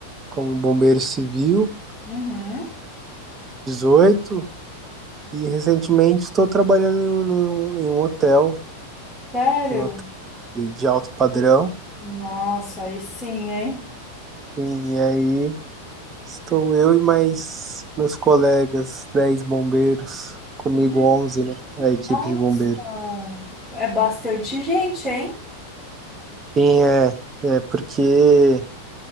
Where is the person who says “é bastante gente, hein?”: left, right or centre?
Centre